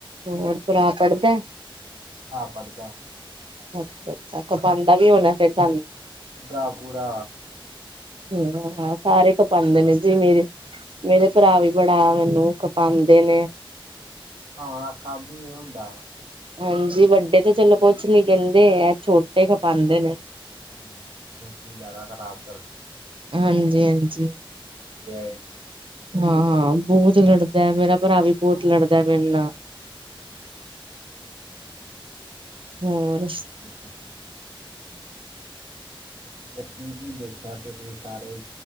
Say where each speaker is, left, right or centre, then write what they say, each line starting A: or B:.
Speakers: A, on the right; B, on the right.
A: ਹੋਰ ਭਰਾ ਪੜਦੈ
B: ਹਾਂ ਪੜਦੈ
A: ਅੱਛਾ, ਅੱਛਾ ਖਪਾਂਦਾ ਵੀ ਹੋਣਾ ਫੇਰ ਤਹਾਨੂੰ
B: ਪੂਰਾ, ਪੂਰਾ
A: ਹੂੰ, ਹਾਂ ਸਾਰੇ ਖਪਾਦੇ ਨੇ ਜੀ ਮੇਰੇ ਮੇਰੇ ਭਰਾ ਵੀ ਬੜਾ ਮੈਨੂੰ ਖਪਾਂਦੇ ਨੇ
B: ਉਨਾ ਦਾ ਕੰਮ ਹੀ ਏਹ ਹੁੰਦਾ
A: ਹਾਂਜੀ, ਵੱਡੇ ਤੇ ਚਲੋ ਕੁਛ ਨੀ ਕਹਿਦੇ ਐ ਛੋਟੇ ਖਪਾਂਂਦੇ ਨੇ
B: ਹਾਂ ਛੋਟੀ ਜਿਆਦਾ ਖਰਾਬ ਕਰਦੇ
A: ਹਾਂਜੀ-ਹਾਂਜੀ।
B: ਇਹ
A: ਹਾਂ ਬਹੁਤ ਲੜਦਾ ਮੇਰਾ ਭਰਾ ਵੀ ਬਹੁਤ ਲੜਦਾ ਮੇਰੇ ਨਾਲ
B: <inaudible> <unintelligible>
A: ਹੋਰ।
B: ਹੋ ਕੀ- ਕੀ ਦੇਖਿਆ ਤੁਸੀਂ ਸਾਰੇ